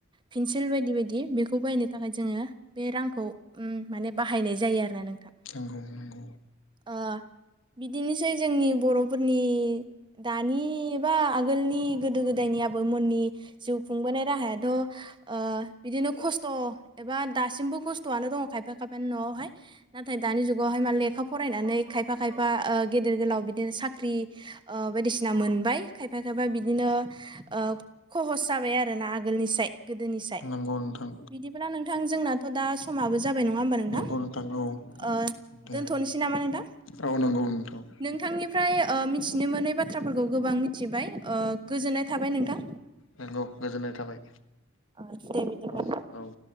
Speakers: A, on the right; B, on the left.
A: पिनसिल बायदि बायदि बेखौ बायनो थाखाय जोङो बे रांखौ उम माने बाहा यनाय जायो आरो ना नोंथां
B: नंगौ नंगौ।
A: ओ बिदिनोसै जोंनि बर'फोरनि दानि बा आगोलनि गोदो गोदाय नि आबौमोननि जिउ खुंबोनाय राहायाथ' ओ बिदिनो खस्थ' एबा दासिमबो खस्थ'आनो दङ खायफा खायफानि नआव हाय नाथाय दानि जुगावहाय मा लेखा फरायनानै खायफा खायफा ओ गेदेर गोलाव बिदिनो साख्रि ओ बायदिसिना मोनबाय खायफा खायफा बिदिनो ओ खहस जाबाय आरो आरो ना आगोलनि साय गोदोनि साय
B: नंगौ नोंथां
A: बिदिब्ला नोंथां जोंनाथ' दा समाबो जाबाय नङा होमबा नोंथां?
B: नंगौ औ
A: ओ
B: दे
A: दोनथ'नोसै नामा नोंथां
B: औ नंगौ नोंथां
A: नोंथांनि ओमफ्राय मिथिनो मोनै बाथ्राफोरखौ गोबां मिथिबाय ओ गोजोननाय थाबाय नोंथां
B: नंगौ गोजोननाय थाबाय
A: ओ दे बिदिब्ला
B: औ औ